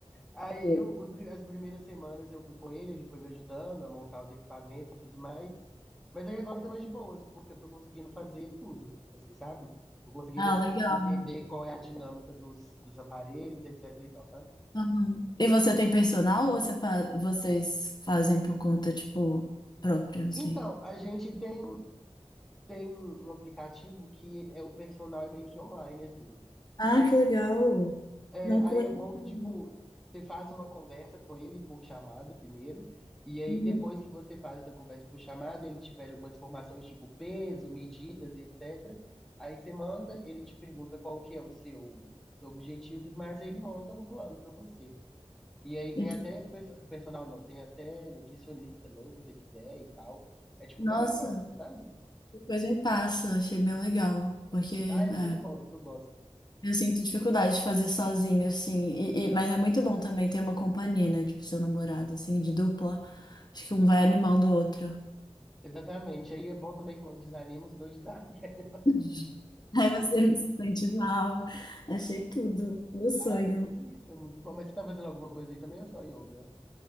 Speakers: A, in the centre; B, on the left (about 40°).
A: Aí
B: Hum.
A: eu- os pri- as primeiras semanas eu fui com ele, ele foi me ajudando a montar os equipamentos e tudo mais. Mas aí agora tá mais de boas, porque eu tô conseguindo fazer tudo, assim, sabe? Tô conseguindo
B: Ah, legal.
A: entender qual é a dinâmica dos, dos aparelhos, etc e tal, sabe?
B: Uhum. E você tem personal ou você fa- vocês fazem por conta, tipo, própria? Não sei.
A: Então, a gente tem, tem um aplicativo que é o personal é meio que online, assim. tá?
B: Ah, que legal.
A: É,
B: Não
A: aí
B: conheço.
A: é bom que, tipo, você faz uma conversa com ele por chamada primeiro, e aí
B: Uhum.
A: depois que você faz essa conversa por chamada, ele te pede algumas informações, tipo peso, medidas e etc. Aí você manda, ele te pergunta qual que é o seu, seu objetivo, mas ele monta um plano pra você. E aí tem
B: Entendi.
A: até perso- personal, não, tem até nutricionista também, se você quiser e tal. É, tipo,
B: Nossa,
A: bem legal, assim, sabe?
B: depois me passa. Achei bem legal. Porque, é.
A: Ah, é muito bom, eu gosto.
B: Eu sinto dificuldade de fazer sozinho, assim. E, e- mas é muito bom também ter uma companhia, né? Tipo, seu namorado, assim, de dupla. Acho que um vai animando o outro.
A: Exatamente. Aí é bom também que quando desanima, os dois <laughs> desanimam.
B: <laughs> Aí você não se sente mal. Achei tudo. Meu sonho.
A: Ah, é sobre isso, é muito bom. Mas você tá fazendo alguma coisa aí também ou só yoga?